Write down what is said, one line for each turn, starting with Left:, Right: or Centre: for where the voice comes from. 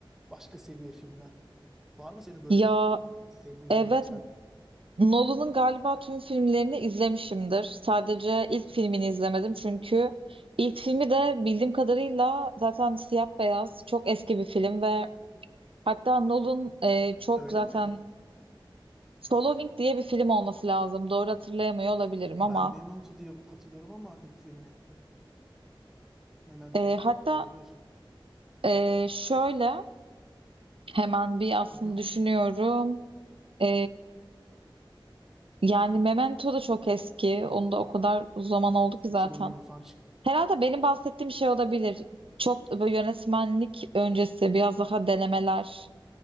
Centre: başka seviye filmler. Var mı senin böyle
Right: Ya
Centre: sevdiğin
Right: evet
Centre: yönetmen?
Right: Nolan'ın galiba tüm filmlerini izlemişimdir. Sadece ilk filmini izlemedim çünkü ilk filmi de bildiğim kadarıyla zaten siyah beyaz çok eski bir film ve hatta Nolan e, çok
Centre: Öyle
Right: zaten
Centre: mi?
Right: Following diye bir film olması lazım. Doğru hatırlayamıyor olabilirim
Centre: Ben
Right: ama
Centre: Memento diye bir- hatırlıyorum ama ilk filmi Memento
Right: e, hatta
Centre: olabilir.
Right: e, şöyle hemen bir aslında
Centre: Hı hı.
Right: düşünüyorum. E, yani Memento da çok eski. Onu da o kadar zaman oldu
Centre: Evet,
Right: ki
Centre: 2020
Right: zaten.
Centre: falan çıktı.
Right: Herhalde benim bahsettiğim şey olabilir. Çok böyle yönetmenlik öncesi biraz daha denemeler